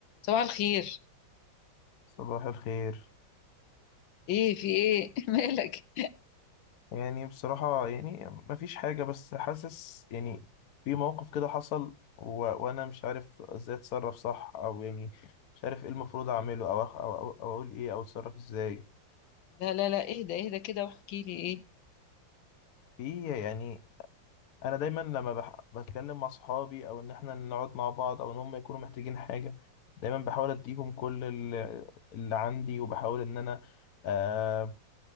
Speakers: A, on the left; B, on the left.
A: صباح الخير
B: صباح الخير
A: ايه في ايه <laughs> مالك
B: يعني بصراحة يعني مفيش حاجة بس حاسس يعني في موقف كده حصل و... وأنا مش عارف إزاي أتصرف صح أو يعني مش عارف إيه المفروض أعمله أو أخ... أو... أو أو أقول إيه أو أتصرف إزاي
A: لا لا لا اهدى اهدى كده واحكي لي ايه
B: في يعني أنا دايما لما بح... بتكلم مع صحابي أو إن إحنا نقعد مع بعض أو إن هم يكونوا محتاجين حاجة دايما بحاول أديهم كل ال- اللي عندي وبحاول إن أنا آه،